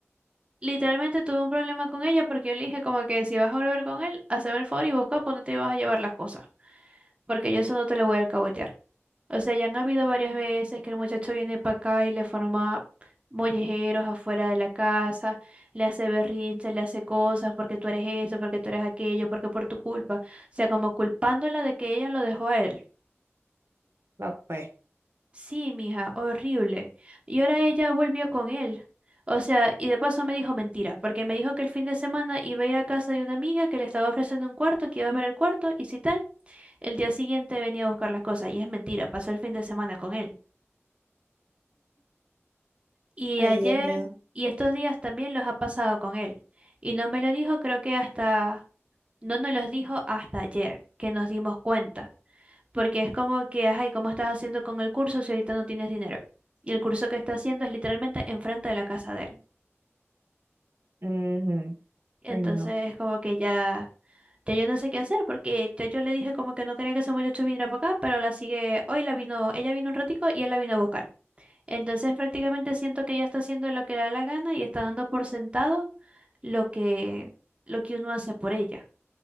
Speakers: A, on the right (about 25°); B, on the right (about 60°).
A: literalmente tuve un problema con ella porque yo le dije como que si vas a volver con él, haceme el favor y busca por dónde te vas a llevar las cosas. Porque yo eso no te lo voy a alcahuetear. O sea, ya han habido varias veces que el muchacho viene para acá y le forma mollejeros afuera de la casa, le hace berrinches, le hace cosas porque tú eres esto, porque tú eres aquello, porque por tu culpa. O sea, como culpándola de que ella lo dejó a él.
B: Va pues.
A: Sí, mija, horrible. Y ahora ella volvió con él. O sea, y de paso me dijo mentiras, porque me dijo que el fin de semana iba a ir a casa de una amiga que le estaba ofreciendo un cuarto, que iba a ver el cuarto, y si tal, el día siguiente venía a buscar las cosas. Y es mentira, pasó el fin de semana con él. Y
B: Ay,
A: ayer
B: Dios mío.
A: y estos días también los ha pasado con él. Y no me lo dijo, creo que hasta, no nos los dijo hasta ayer, que nos dimos cuenta. Porque es como que, ay, ¿cómo estás haciendo con el curso si ahorita no tienes dinero? Y el curso que está haciendo es literalmente enfrente de la casa de él.
B: Ujú.
A: Entonces
B: Ay, no.
A: es como que ya, ya yo no sé qué hacer, porque ya yo le dije como que no quería que ese muchacho viniera para acá, pero la sigue, hoy la vino, ella vino un ratico y él la vino a buscar. Entonces prácticamente siento que ella está haciendo lo que le da la gana y está dando por sentado lo que, lo que uno hace por ella,